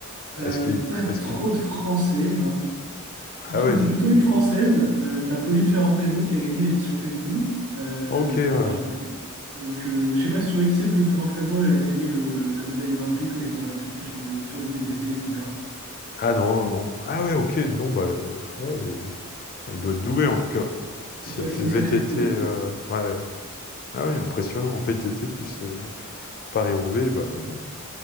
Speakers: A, on the right (about 75°); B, on the left (about 40°).
A: euh,
B: est-ce qu'il
A: pas
B: est-ce
A: trop
B: qu'il
A: de Français, non. Plutôt,
B: ah ouais,
A: une-
B: zut.
A: plutôt une française.
B: Ah,
A: Euh, t'as Pauline Ferrand-Prévot qui a gagné l'édition féminine euh,
B: Ok, ouais,
A: du
B: ouais.
A: Paris-Roubaix. Donc, euh, je sais pas si tu vois qui c'est, Pauline Ferrand-Prévot. Elle a gagné le- la médaille olympique aux Jeux Olympiques sur le, sur le VTT, etc.
B: Ah non, non, non. Ah ouais, ok, dis donc, bah, euh, ouais, les, Elle doit être douée en tout cas. Si
A: C'est
B: elle fait
A: c'est une
B: VTT,
A: sacrée coureuse.
B: euh, ouais. Ah oui, impressionnant. VTT plus euh, Paris-Roubaix, bah dis donc.